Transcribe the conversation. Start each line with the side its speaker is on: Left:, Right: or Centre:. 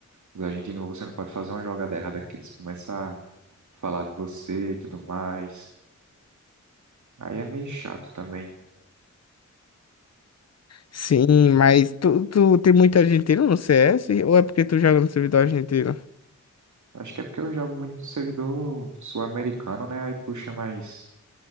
Right: Os argentinos, você não pode fazer uma jogada errada que eles começam a falar de você e tudo mais. Aí é meio chato também.
Left: Sim, mas tu, tu tem muito argentino no CS? Ou é porque tu joga no servidor argentino?
Right: Acho que é porque eu jogo muito no servidor sul-americano, né? Aí puxa mais.